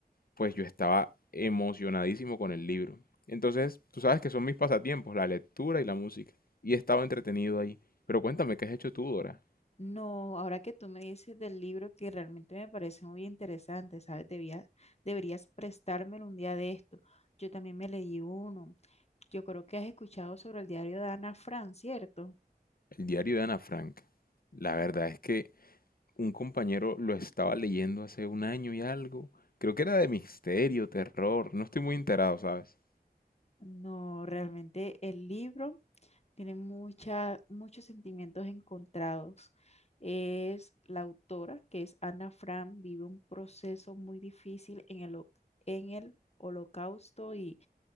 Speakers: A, on the left; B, on the left.
A: pues yo estaba emocionadísimo con el libro. Entonces tú sabes que son mis pasatiempos, la lectura y la música. Y estaba entretenido ahí. Pero cuéntame, ¿qué has hecho tú, Dora?
B: No, ahora que tú me dices del libro que realmente me parece muy interesante, ¿sabes? Debía- deberías prestármelo un día de esto. Yo también me leí uno. Yo creo que has escuchado sobre el diario de Ana Frank, ¿cierto?
A: El diario de Ana Frank. La verdad es que un compañero lo estaba leyendo hace un año y algo. Creo que era de misterio, terror. No estoy muy enterado, ¿sabes?
B: No, realmente el libro tiene mucha, muchos sentimientos encontrados. Es la autora, que es Ana Frank vive un proceso muy difícil en el, ho- en el holocausto y,